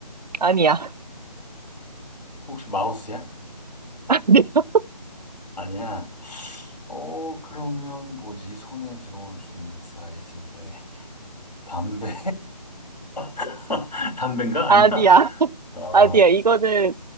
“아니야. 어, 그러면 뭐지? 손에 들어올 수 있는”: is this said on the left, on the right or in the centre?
Left